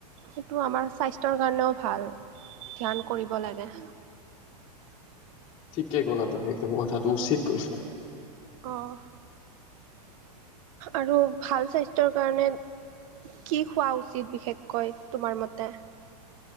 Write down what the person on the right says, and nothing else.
সেইটো আমাৰ স্বাস্থ্যৰ কাৰণেও ভাল। ধ্যান কৰিব লাগে।
অ'। আৰু ভাল স্বাস্থ্যৰ কাৰণে কি খোৱা উচিত? বিশেষকৈ তোমাৰ মতে